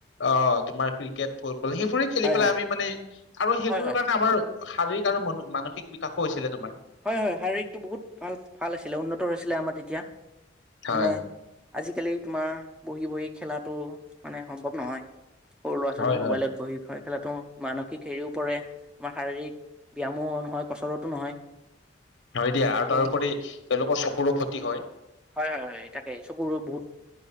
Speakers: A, on the left; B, in the centre.
A: অ তোমাৰ ক্ৰিকেট বোলে সেইবোৰে খেলি
B: হয়
A: পেলাই
B: হয়
A: আমি মানে আৰু সেই
B: হয়
A: বোৰকাৰণে
B: হয়
A: আমাৰো শাৰীৰিক আৰু মন- মানসিক বিকাশো হৈছিলে। তোমাৰ
B: হয় - হয় । শাৰীৰিকটো বহুত ভাল-ভাল আছিলে, উন্নত হৈছিলে আমাৰ তেতিয়া।
A: হয়
B: মানে আজি কালি তোমাৰ বহি-বহি খেলাটো মানে সম্ভৱ নহয়। সৰু লৰা-ছোৱালী
A: হয়
B: মোবাইলত
A: হয়
B: বহি খ- খেলত তো মানসিক হেৰিও পৰে। তোমাৰ শাৰীৰিক ব্যাম মও নহয়, কছৰতো নহয়।
A: হয় দিয়া ।
B: তাকেই
A: আৰু তাৰোপৰি তেওঁলোকৰ চকুৰো ক্ষতি হয় ।
B: হয় - হয় - হয়, তাকে । চকুৰো বহুত